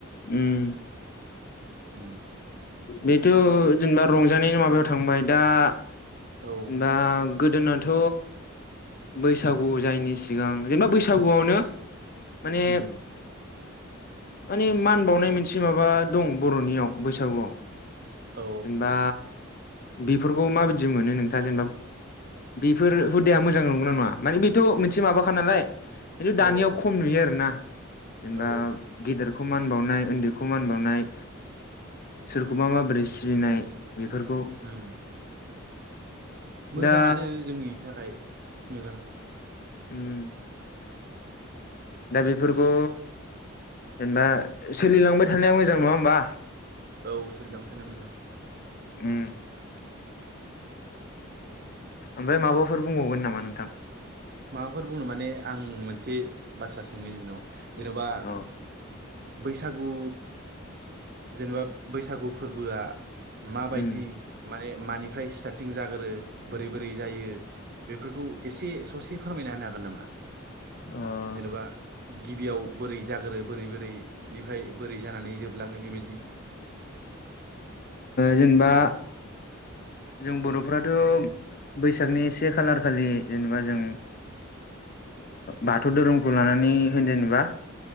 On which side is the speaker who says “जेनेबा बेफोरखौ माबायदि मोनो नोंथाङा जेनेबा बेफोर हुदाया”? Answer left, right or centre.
Left